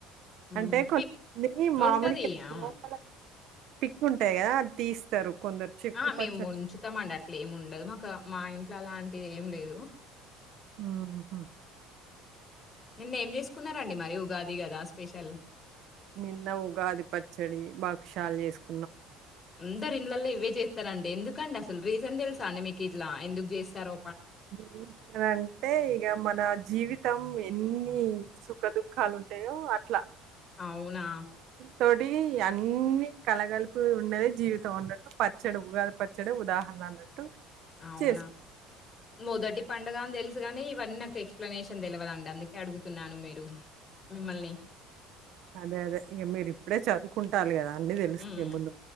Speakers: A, on the left; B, on the right.
A: హ్మ్.
B: అంటే కొంతమంది
A: పిక్
B: మామిడికాయ
A: ఉంటది. ఆ!
B: లోపల పిక్కుంటాయి కదా అది తీస్తారు కొందరు చెక్కు
A: ఆ మేము
B: పచ్చడి
A: ఉంచుతామండి అట్లా ఏమి ఉండదు మాకు మా ఇంట్ల అలాంటిది ఏం లేదు
B: ఆహ
A: నిన్న ఏం చేసుకున్నరండి మరి ఉగాది కదా స్పెషల్
B: నిన్న ఉగాది పచ్చడి బాక్షాలు చేసుకు
A: అందరి ఇండ్లలో ఇవే జెస్ తరండి ఎందుకండి అసలు రీజన్ తెలుసా అండి మీకు ఇట్లా ఎందుకు జేస్తారో
B: ఏంటి దాంటే ఇగ మన జీవి తం ఎన్ని సుఖ దుఃఖాలు ఉంటాయో అట్లా
A: అవునా
B: తోటి అన్ని కలగలిపి ఉన్నదే జీవితం అన్నట్టు పచ్చడి ఉగాది పచ్చడే ఉదాహరణ అన్నట్టు
A: అవునా
B: చేసు
A: మొదటి పండుగ అని తెలుసు గాని ఇవన్నీ నాకు ఎక్స్ప్లనేషన్ తెలియదండి అందుకే అడుగుతున్నాను మీరు మిమ్మల్ని.
B: అదే అదే ఇగ మీరిప్పుడే చదు వాలి కదా అన్నీ తెలిస్తే
A: హ్మ్.
B: ముందు